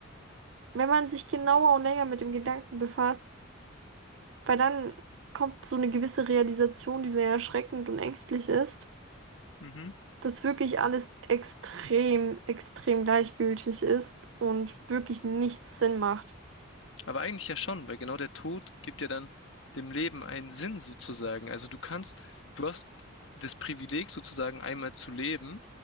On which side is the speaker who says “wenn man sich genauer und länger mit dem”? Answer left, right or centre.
Right